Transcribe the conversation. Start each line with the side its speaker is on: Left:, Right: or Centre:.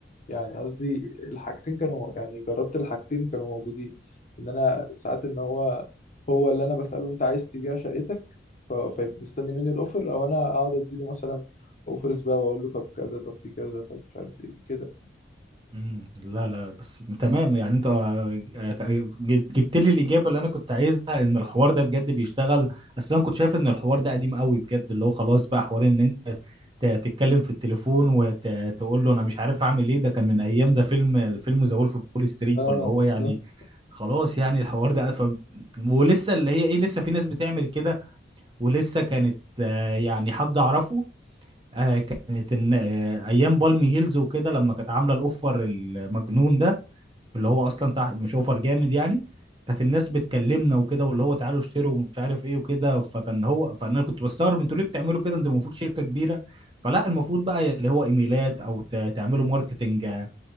Left: يعني قصدي الحاجتين كانوا يعني جربت الحاجتين كانوا موجودين ان انا ساعات ان هو هو اللي انا بسأله انت عايز تبيع شقتك ف- فيبقى مستني مني الاوفر او انا اقعد اديله مثلا اوفرز بقى واقول له طب كذا طب في كذا طب مش عارف ايه كده
Right: مم. لا لا بس تمام يعني انت آه، آه، جبت لي الاجابه اللي انا كنت عايزها ان الحوار ده بجد بيشتغل اصل انا كنت شايف ان الحوار ده قديم قوي بجد اللي هو خلاص بقى حوار ان انت ت- تتكلم في التليفون وتقول له انا مش عارف اعمل ايه ده كان من ايام ده فيلم فيلم ذا وولف اوف وول ستريت
Left: اه
Right: فاللي هو
Left: بالظبط
Right: يعني خلاص يعني الحوار ده ف... ولسه اللي هي ايه لسه في ناس بتعمل كده ولسه كانت آه، يعني حد اعرفه آه، كانت الن- آه، ايام بالمي هيلز وكده لما كانت عامله الاوفر المجنون ده اللي هو اصلا تحت مش اوفر جامد يعني كانت الناس بتكلمنا وكده واللي هو تعالوا اشتروا ومش عارف ايه وكده فكان هو فانا كنت بستغرب انتوا ليه بتعملوا كده انتوا المفروض شركه كبيره فلا المفروض بقى اللي هو ايميلات او ت- تعملوا ماركتنج آه،